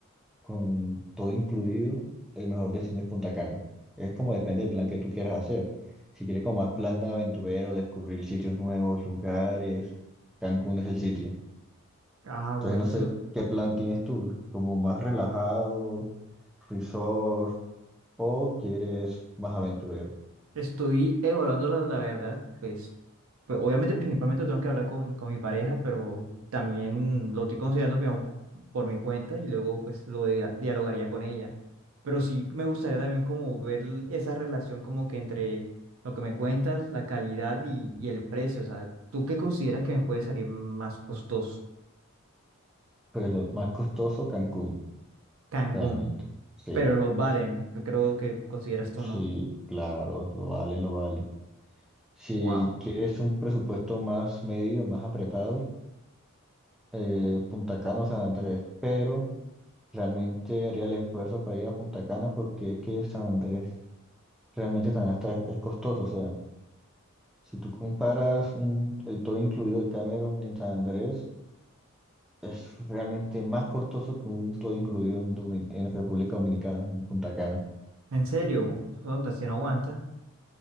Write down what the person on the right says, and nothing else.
Ah, buenísimo.
Estoy evaluando la, la verdad, pues, pues obviamente principalmente tengo que hablar con, con mi pareja, pero también lo estoy considerando primero por mi cuenta y luego pues lo dia- dialogaría con ella. Pero sí me gustaría también como ver l- esa relación como que entre lo que me cuentas, la calidad y, y el precio. O sea, ¿tú qué consideras que me puede salir más costoso?
Cancún,
pero los valen, creo que consideras tú,
¿no?
Wow.
En serio, Sonda, si no aguanta.